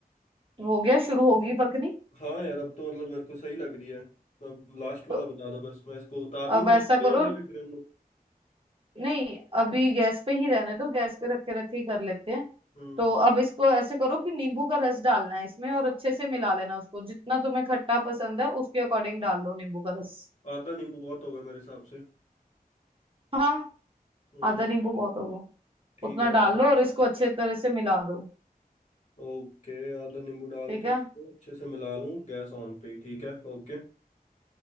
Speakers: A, on the right; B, on the left.
A: हो गया शुरू होगी पकनी
B: हाँ यार अब तो मतलब मेरे को सही लग रही है अब लास्ट वाला
A: तो
B: बता दो बस मैं इसको उतार लूं
A: अब
B: गैस
A: ऐसा
B: पे
A: करो
B: या वही रख रहने दो
A: नहीं अभी गैस पे ही रहने दो गैस पे रखे रखे ही कर लेते हैं
B: हम्म
A: तो अब इसको ऐसे करो कि नींबू का रस डालना है इसमें और अच्छे से मिला लेना उसको जितना तुम्हें खट्टा पसंद है उसके अकॉर्डिंग डाल लो नींबू का रस
B: आधा नींबू बहुत होगा मेरे हिसाब से
A: हाँ
B: हम्म
A: आधा नींबू बहुत होगा
B: ठीक
A: उतना
B: है
A: डाल
B: आधा
A: लो और इसको अच्छे तरह से मिला दो
B: ओके आधा नींबू डाल
A: ठीक
B: के
A: है
B: इसको अच्छे से मिला लूँ गैस ऑन पे ही, ठीक है ओके